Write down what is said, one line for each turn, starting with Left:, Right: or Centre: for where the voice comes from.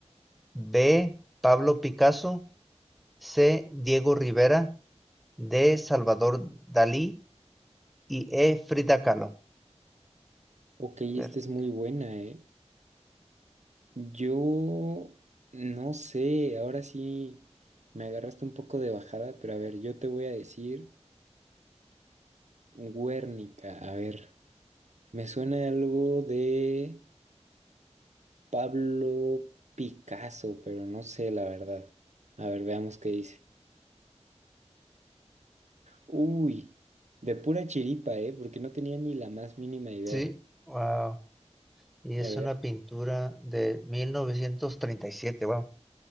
Centre: B, Pablo Picasso, C, Diego Rivera, D, Salvador Dalí y E, Frida Kahlo.
Right: Ok, esta
Centre: Guernica.
Right: es muy buena, ¿eh? Yo no sé, ahora sí me agarraste un poco de bajada, pero a ver, yo te voy a decir Guernica. A ver, me suena algo de... Pablo Picasso, pero no sé la verdad. A ver, veamos qué dice. Uy, de pura chiripa, ¿eh? Porque no tenía ni la más mínima idea.
Centre: Sí, wow. Y es
Right: A ver,
Centre: una pintura de 1937, wow.